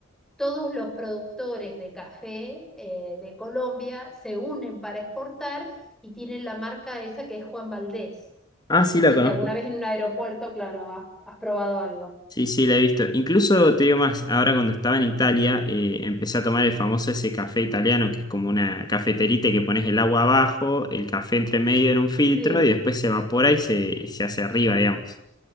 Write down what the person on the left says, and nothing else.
Ah, sí,
la
conozco.
Sí, sí, la he visto. Incluso te digo más, ahora cuando estaba en Italia, eh, empecé a tomar el famoso ese café italiano, que es como una cafeterita que pones el agua abajo, el café entre medio en un filtro
y después se evapora y se, y se hace arriba, digamos.